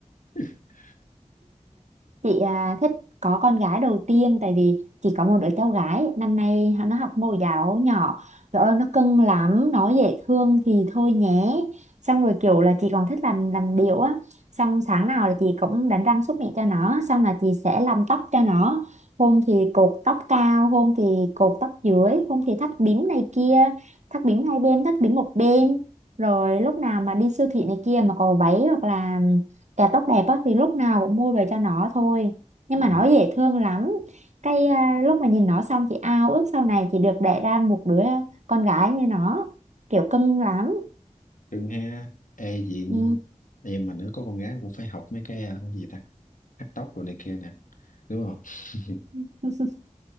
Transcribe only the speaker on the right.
Chị à, thích có con gái đầu tiên tại vì chỉ có một đứa cháu gái năm nay nó học mẫu giáo nhỏ trời ơi nó cưng lắm nó dễ thương thì thôi nhé xong rồi kiểu là chị còn thích làm làm điệu á xong sáng nào là chị cũng đánh răng súc miệng cho nó xong là chị sẽ làm tóc cho nó hôm thì cột tóc cao hôm thì cột tóc dưới hôm thì thắt bím này kia thắt bím hai bên thắt bím một bên rồi lúc nào mà đi siêu thị này kia mà có váy hoặc là Kẹo tóc đẹp á thì lúc nào cũng mua về cho nó thôi nhưng
mà nó dễ thương lắm cái à, lúc mà nhìn nó xong chị ao ước sau này chị được đẻ ra một đứa con gái như nó kiểu cưng lắm
ừ.
<laughs>